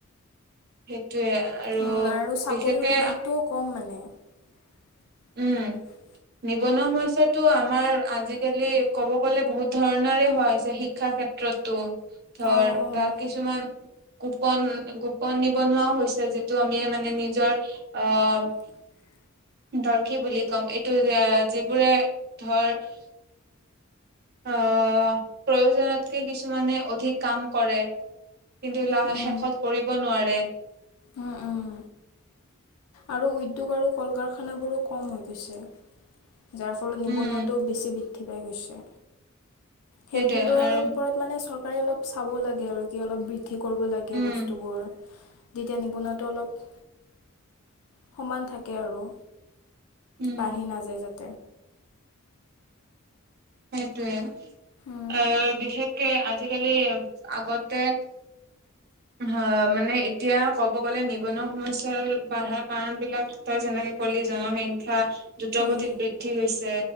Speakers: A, on the right; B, on the left.
A: সেইটোয়ে আৰু
B: উম, চাকৰিৰ
A: বিশেষকে
B: সুযোগটোও কম মানে <inaudible>
A: উম নিবনুৱা সমস্যটো আমাৰ আজিকালি ক'ব গ'লে বহুত ধৰণৰে হোৱা হৈছে শিক্ষা শিক্ষা ক্ষেত্ৰতো, ধৰ'
B: অঁ অঁ
A: বা কিছুমান গোপন গোপন নিবনুৱাও হৈছে যিটো আমি মানে নিজৰ অ'।
B: হয়।
A: ধৰ' কি বুলি কম এইটো যে যিবোৰে ধৰ' প্ৰয়োজনতকৈ কিছুমানে অধিক কাম কৰে কিন্তু লাহ
B: উম।
A: শেষত কৰিব নোৱাৰে
B: উম উম, আৰু উদ্যোগ আৰু কল কাৰখানাবোৰো কম হৈ গৈছে। যাৰ ফলত নিবনুৱাটোও
A: উম
B: বেছি বৃদ্ধি পাই গৈছে।
A: সেইটোয়ে
B: সেইবোৰৰ
A: আৰু
B: ওপৰত মানে চৰকাৰে অলপ চাব লাগে আৰু কি অলপ বি ঠ কৰিব লাগে
A: উম
B: বস্তুবোৰ তেতিয়া নিবনুৱাতটো অলপ সমান থাকে আৰু
A: উম
B: বাঢ়ি নাযায় যাতে
A: সেইটোৱে
B: উম
A: অ বিশেষকে আজিকালি আগত তে অ মানে এতিয়া ক'ব গলে নিবনুৱা সমস্যাৰ বাঢ়া কাৰণ বিলাক তই যেনেকে জসংখ্যা দ্ৰুত
B: উম।
A: গতিত বৃদ্ধি হৈছে।